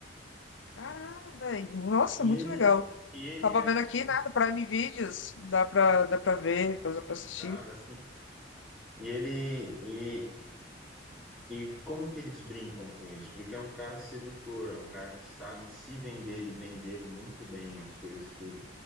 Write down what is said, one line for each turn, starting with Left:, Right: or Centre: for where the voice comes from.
Left: Caramba, velho. nossa,
Centre: E
Left: muito
Centre: ele,
Left: legal.
Centre: e ele
Left: Tava
Centre: é.
Left: vendo aqui,
Centre: Sim,
Left: né, no Prime Videos, dá pra,
Centre: sim,
Left: dá pra ver, dá pra assistir.
Centre: dá, dá sim. E ele. E, e como que eles brincam com isso? Porque é um cara sedutor, é um cara que sabe se vender e vender muito bem as coisas que ele